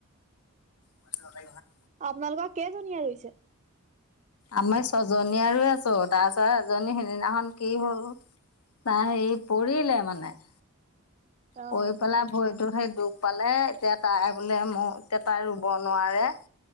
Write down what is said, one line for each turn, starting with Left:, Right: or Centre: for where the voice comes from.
Left: <unintelligible>
Right: আপোনালোকৰ কেইজনীয়ে ৰুইছে?
Left: আমাৰ ছয়জনী ৰুই আছো, তাৰপিছত এজনী সিদিনাখন কি হ'ল! তাই হেৰি পৰিলে মানে, -
Right: অ
Left: পৰি পেলাই ভৰিটোত সেই দুখ পালে। এতিয়া তাই বোলে ম এতিয়া তাই ৰুব নোৱাৰে।